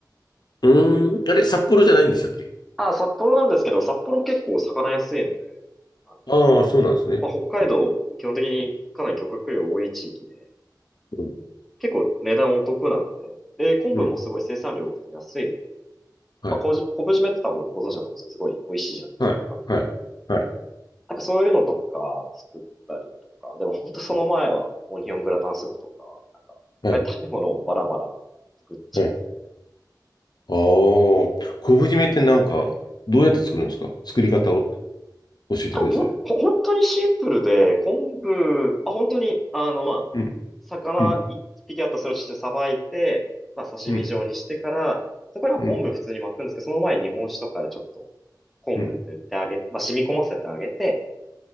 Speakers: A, on the left; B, in the centre.
A: うーん。あれ、札幌じゃないんでしたっけ
B: ああ、札幌なんですけど、札幌も結構お魚安いので、あの、
A: ああー、そうなんですね。
B: まあ、北海道、基本的にかなり漁獲量多い地域で、
A: うん。
B: 結構値段お得なんで、で、昆布もすごい生産量多くて安いので、
A: うん。はい。
B: まあ、昆布締めって多分ご存知だと思うんですけど、すごい美味しいじゃないですか、
A: はい。
B: 旨味が。
A: はい。はい。
B: なんかそういうのとか作ったりとか、でも本当その前はオニオングラタンスープとか、なんか食べたいものをバラバラ作っちゃいますね。
A: はい。はい。ああ、昆布締めってなんか、どうやって作るんですか作り方を教えてください。
B: あ、ほん、ほ本当にシンプルで、昆布、あ、本当に、あの、まあ、
A: うん。
B: 魚一匹あったらそれをしてさばいて、
A: うん。
B: まあ、刺身状にしてから、
A: うん。
B: そこには昆布普通に巻くんですけど、
A: うん。
B: その前に日本酒とかでちょっと昆布に塗ってあげ、
A: うん。
B: まあ、染み込ませてあげて、